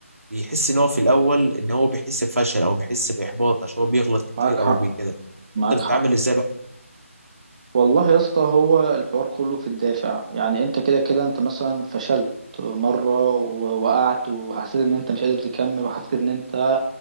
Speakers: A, on the right; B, on the right.
A: بيحس ان هو في الاول ان هو بيحس بفشل او بيحس باحباط عشان هو بيغلط كتير
B: معاك حق
A: او بكده
B: معاك
A: انت بتتعامل
B: حق
A: ازاي بقى
B: والله يا اسطى هو الحوار كله في الدافع يعني انت كده كده انت مثلا فشلت مرة و- وقعت وحسيت ان انت مش قادر تكمل وحسيت ان انت